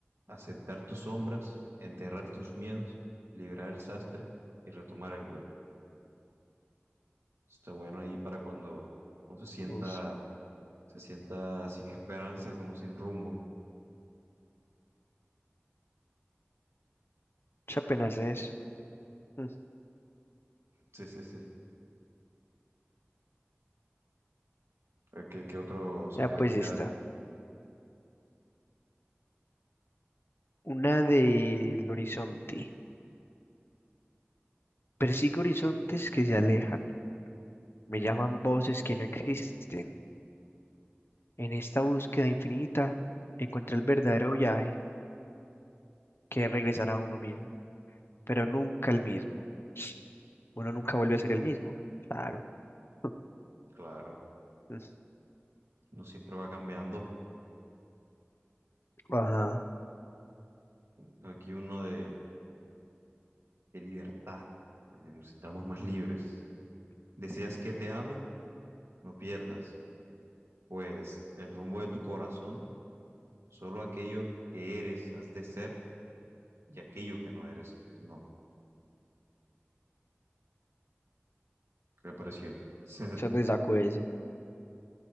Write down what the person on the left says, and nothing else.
uf,
esa apenas es. Mm,
Ya
pues
está. Una del horizonte. Persigo horizontes que se alejan. Me llaman voces que no existen. En esta búsqueda infinita encontré el verdadero viaje que es regresar a uno mismo, pero nunca el mismo. Uno nunca vuelve a ser el mismo. Claro. <laughs>
Mm.
Ajá.
¿Dónde sacó ese?